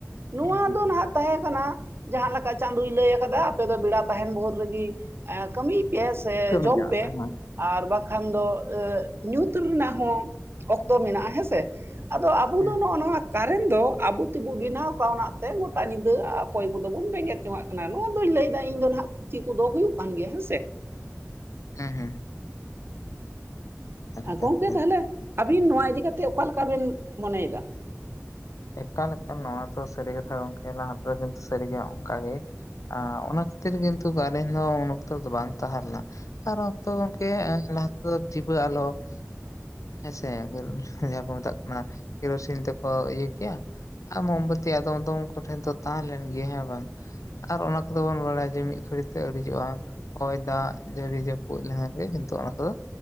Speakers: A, on the right; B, on the left.
A: ᱱᱚᱣᱟ
B: ᱦᱩᱸ ᱦᱩᱸ
A: ᱫᱚ ᱱᱟᱦᱟᱸᱜ ᱛᱟᱦᱮᱸ ᱠᱟᱱᱟ ᱡᱟᱦᱟᱸ ᱞᱮᱠᱟ ᱪᱟᱸᱫᱳᱭ ᱞᱟᱹᱭ ᱟᱠᱟᱫᱟ ᱟᱯᱮ ᱫᱚ ᱵᱮᱲᱟ ᱛᱟᱦᱮᱱ ᱵᱷᱚᱨ ᱨᱮ ᱜᱤ ᱮᱸ ᱠᱟᱹᱢᱤ ᱯᱮ ᱥᱮ
B: ᱦᱩᱸ ᱠᱟᱹᱢᱤ
A: ᱡᱚᱢ
B: ᱪᱟᱞᱟᱜ
A: ᱯᱮ
B: ᱛᱟᱦᱮᱸ ᱦᱳᱭ᱾
A: ᱟᱨ ᱵᱟᱝᱠᱷᱟᱱ ᱫᱚ ᱧᱩᱛ ᱨᱮᱱᱟᱜ ᱦᱚᱸ ᱚᱠᱛᱚ ᱢᱮᱱᱟᱜᱼᱟ ᱦᱮᱸᱥᱮ ᱟᱫᱚ ᱟᱵᱩ
B: ᱦᱩᱸ
A: ᱫᱚ ᱱᱚᱜᱼᱚ ᱱᱚᱶᱟ ᱠᱟᱨᱮᱱᱴ ᱫᱚ ᱟᱵᱚ ᱛᱮᱵᱚ ᱵᱮᱱᱟᱣ ᱟᱠᱟᱫ ᱚᱱᱟ ᱛᱮ ᱜᱚᱴᱟ ᱧᱤᱫᱟᱹ ᱚᱠᱚᱭ ᱠᱚᱫᱚ ᱵᱚᱱ ᱵᱮᱸᱜᱮᱫ ᱡᱚᱝᱟᱜ ᱠᱟᱱᱟ ᱠᱟᱱᱟ, ᱱᱚᱣᱟ ᱫᱚᱧ ᱞᱟᱹᱭᱫᱟ ᱤᱧ ᱫᱚ ᱱᱟᱦᱟᱜ ᱠᱷᱩᱛᱤ ᱠᱚ ᱫᱚ ᱦᱩᱭᱩᱜ ᱠᱟᱱ ᱜᱮᱭᱟ ᱦᱮᱸ ᱥᱮ
B: ᱦᱮᱸ ᱦᱮᱸ ᱮᱠᱟᱞ
A: ᱜᱚᱝᱠᱮ
B: ᱮᱠᱟᱞ
A: ᱛᱟᱦᱚᱞᱮ ᱟᱵᱤᱱ ᱱᱚᱶᱟ ᱤᱫᱤ ᱠᱟᱛᱮ ᱚᱠᱟ ᱞᱮᱠᱟ ᱵᱤᱱ ᱢᱚᱱᱮ ᱮᱫᱟ
B: ᱮᱠᱟᱞ ᱮᱠᱟᱞ ᱱᱚᱣᱟ ᱫᱚ ᱥᱟᱹᱨᱤ ᱠᱟᱛᱷᱟ ᱜᱚᱝᱠᱮ ᱞᱟᱦᱟ ᱛᱮᱫᱚ ᱠᱤᱱᱛᱩ ᱥᱟᱹᱨᱤ ᱜᱮ ᱚᱱᱠᱟ ᱜᱮ ᱟᱸ ᱚᱱᱟ ᱠᱷᱟᱹᱛᱤᱨ ᱜᱤ ᱠᱤᱱᱛᱩ ᱠᱟᱨᱮᱱᱴ ᱫᱚ ᱩᱱ ᱚᱠᱛᱚ ᱫᱚ ᱵᱟᱝ ᱛᱟᱦᱮᱸ ᱞᱮᱱᱟ ᱟᱨ ᱦᱚᱸ ᱛᱚ ᱜᱚᱢᱠᱮ ᱞᱟᱦᱟ ᱛᱮᱫᱚ ᱰᱤᱵᱟᱹ ᱟᱞᱳᱠ ᱦᱮᱸᱥᱮ ᱯᱷᱤᱨ ᱡᱟᱦᱟᱸ ᱠᱚ ᱢᱮᱛᱟᱜ ᱠᱟᱱᱟ ᱠᱟᱱᱟ ᱠᱮᱨᱳᱥᱤᱱ ᱛᱮᱠ ᱠᱳ ᱤᱭᱟᱹ ᱠᱮᱭᱟ ᱟ ᱢᱳᱢᱵᱟᱛᱤ ᱟᱫᱚᱢ ᱟᱫᱚᱢ ᱠᱚᱴᱷᱮᱱ ᱫᱚ ᱛᱟᱦᱮᱸ ᱞᱮᱱ ᱜᱮ ᱦᱮᱸ ᱵᱟᱝ ᱟᱨ ᱚᱱᱟ ᱠᱚᱫᱚ ᱵᱚᱱ ᱵᱟᱲᱟᱭ ᱡᱮ ᱢᱤᱫ ᱜᱷᱟᱹᱲᱤᱡ ᱛᱮ ᱤᱲᱤᱡᱚᱜᱼᱟ ᱦᱚᱭ ᱫᱟᱜ ᱡᱟᱹᱲᱤ ᱡᱟᱹᱯᱩᱫ ᱞᱮᱠᱷᱟᱱ ᱜᱮ ᱠᱤᱱᱛᱩ ᱚᱱᱟ ᱠᱚᱫᱚ